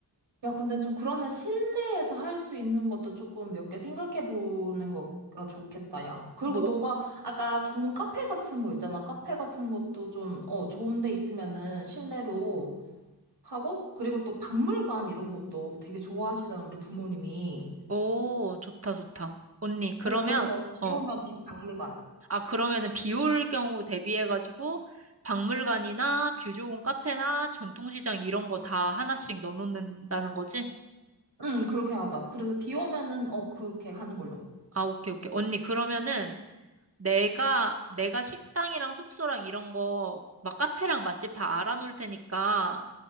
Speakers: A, on the right (about 75°); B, on the right (about 35°).
A: 야, 근데 좀 그러면 실내에서 할 수 있는 것도 조금 몇 개 생각해 보는 거가 좋겠다, 야. 그리고
B: 뭐,
A: 너가 아까 좋은 카페 같은 거 있잖아. 카페 같은 것도 좀, 어, 좋은 데 있으면은 실내로 하고, 그리고 또 박물관 이런 것도 되게 좋아하시잖아, 우리 부모님이.
B: 오, 좋다, 좋다. 언니, 그러면,
A: 어, 그래서 비
B: 어,
A: 오면 비 박물관.
B: 아, 그러면은 비올 경우 대비해가지고 박물관이나 뷰조공 카페나 전통시장 이런 거 다 하나씩 넣어놓는다는 거지?
A: 응, 그렇게 하자. 그래서 비 오면은, 어, 그렇게 하는 걸로.
B: 아, 오케이, 오케이. 언니, 그러면은 내가, 내가 식당이랑 숙소랑 이런 거, 막 카페랑 맛집 다 알아놓을 테니까